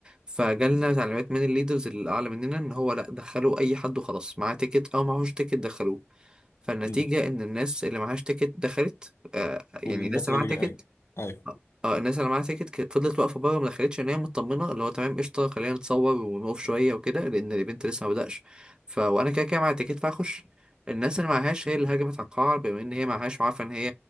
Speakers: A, on the right (about 20°); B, on the left (about 65°).
A: فجالنا تعليمات من الليدرز اللي أعلى مننا إن هو لأ دخلوا أي حد وخلاص معاه تيكت أو معهوش تيكت دخلوه فالنتيجة
B: مم.
A: إن الناس اللي معهاش تيكت دخلت آه، يعني
B: والناس
A: الناس اللي
B: اللي
A: معاها تيكت
B: جاي ايوه ايوه
A: اه آه، الناس اللي معاها تيكت ك- فضلت واقفه بره ما دخلتش ان هي مطمنه اللي هو تمام قشطه خلينا نتصور ونقف شويه وكده لان الايفنت لسه ما بداش ف وانا كده كده معايا تيكت فهخش الناس اللي معهاش هي اللي هاجمت على القاعه بما ان هي معهاش وعارفه ان هي